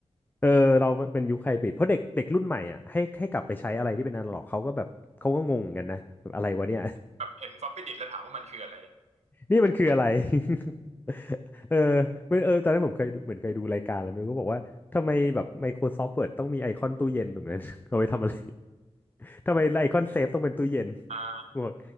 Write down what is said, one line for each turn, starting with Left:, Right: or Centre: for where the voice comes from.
Left: เออเราเป็นยุคไฮบริดเพราะเด็กเด็กรุ่นใหม่อ่ะให้ให้กลับไปใช้อะไรที่เป็นอนาล็อกเขาก็แบบเขาก็งงกันนะแบบอะไรวะเนี่ย
Right: แบบเห็นฟอปปี้ดิสแล้วถามว่ามันคืออะไร
Left: <laughs> นี่มันคืออะไร <laughs> เออเออตอนนั้นผมเคยดูเหมือนเคยดูรายการแล้วมันก็บอกว่าทำไมแบบ Microsoft Word ต้องมีไอคอนตู้เย็นตรงนั้น <laughs> เอาไว้ทำอะไร <laughs> ทำไมไอคอนเซฟต้องเป็นตู้เย็น
Right: อ่า
Left: บอก